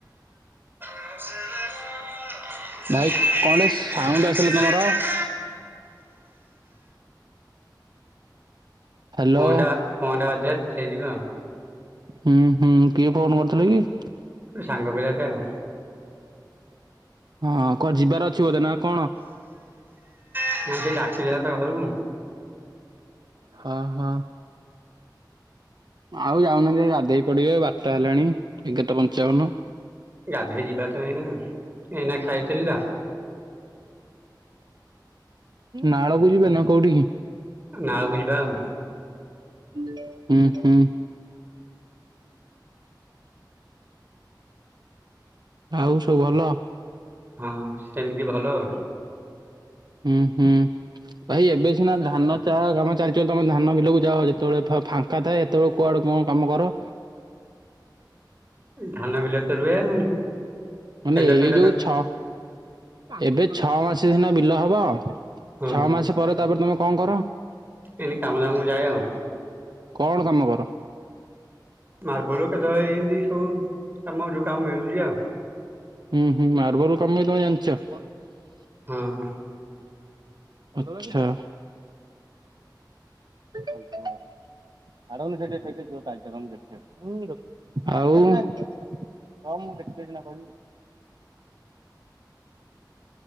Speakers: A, on the right; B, on the right.
A: <inaudible>
B: ଭାଇ କଣ ଟେ ସାଉଣ୍ଡ ଆସିଲା ତମର ହ୍ୟାଲୋ
A: ଫୋନ ଟା ଫୋନ ଟା ବାଜିଲା ତ <unintelligible>
B: ହୁଁ ହୁଁ କିଏ ଫୋନ କରିଥିଲେ କି?
A: ସାଙ୍ଗ ପିଲାଟା ଆଉ।
B: ହଁ <unintelligible> ଯିବାର ଅଛି ବୋଧେ ନା କଣ?
A: <unintelligible> ଡାକି ଥାନ୍ତା ଘରୁକୁ।
B: ହଁ ହଁ। ଆଉ ଯାଉନାହାନ୍ତି ଗାଧେଇ ପଡିବେ ବାରଟା ହେଲାଣି ଏଗାରଟା ପଞ୍ଚାବନ।
A: ଗାଧେଇ ଯିବା ତ ଏଇନା ଏଇନା ଖାଇଥିଲି ତ।
B: ନାଳକୁ ଯିବେ ନା କୋଉଠିକି?
A: ନାଳକୁ ଯିବା ଆଉ।
B: ହୁଁ ହୁଁ। ଆଉ ସବୁ ଭଲ?
A: ହଁ ସେମିତି ଭଲ।
B: ହୁଁ ହୁଁ। ଭାଇ ଏବେ ସିନା ଧାନ ଚା କାମ ଚାଲିଚି ବୋଲି ତମେ ଧାନ ବିଲକୁ ଯାଅ ଯେତବେଳେ ଫ-ଫା ଙ୍କା ଥାଏ ଏତବେଳୁ କୁଆଡୁ କଣ କାମ କର?
A: ଧାନ ବିଲ ତ ରୁଏ ଆଉ।
B: ମାନେ
A: ଷେଣ୍ଢ
B: ଏଇ
A: ଫେଣ୍ଡ
B: ଯୋଉ
A: ସବୁ
B: ଛଅ ଏବେ ଛଅ ମାସେ ସିନା ବିଲ ହବ।
A: ହଁ
B: ଛଅ ମାସ ପରେ ତାପରେ ତମେ କଣ କର?
A: ଏଇନି କାମ ଦାମକୁ ଯାଏ ଆଉ।
B: କଣ କାମ କର?
A: ମାର୍ବଲ କେତବେଳେ ଇନ୍ତି ସବୁ କାମ ଯୋଉ କାମ ମିଳୁଚି ଆଉ।
B: ହୁଁ ହୁଁ ମାର୍ବଲ କାମ ବି ତମେ ଜାଣିଚ?
A: ହଁ।
B: ଆଚ୍ଛା। <unintelligible> ଆଉ ହଁ ମୁଁ ଦେଖିଲେ ସିନା କହିବି।